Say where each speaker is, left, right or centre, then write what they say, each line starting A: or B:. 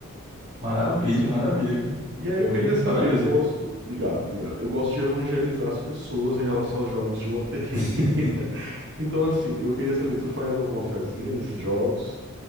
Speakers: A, on the right; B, on the right.
A: Maravilha, maravilha, cara.
B: E aí
A: Bom
B: eu queria
A: demais,
B: saber,
A: parabéns
B: eu gosto.
A: aí.
B: Obrigado, obrigado. Eu gosto de evangelizar as pessoas em relação aos jogos de loteria.
A: <laughs>
B: <laughs> Então, assim, eu queria saber, tu faz alguma fezinha nesses jogos?